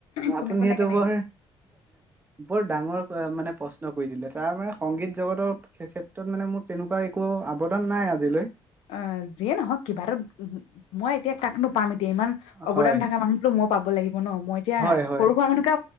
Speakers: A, on the left; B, on the right.
A: কোনে
B: আপুনি
A: কোনে
B: সেইটো
A: কেনেক
B: বৰ বৰ ডাঙৰ মানে প্ৰশ্ন কৰি দিলে তাৰ মানে সংগীত জগতৰ ক্ষেত্ৰত মানে মোৰ তেনেকুৱা একো অৱদান নাই আজিলৈ
A: অ যিয়ে নহওক কিবা এটা মই এতিয়া কাকনো পাম এতিয়া ইমান অৱদান
B: হয়
A: থকা মানুহতো মই পাব লাগিব ন মই এতিয়া
B: হয় হয়
A: সৰু সুৰা মানুহকে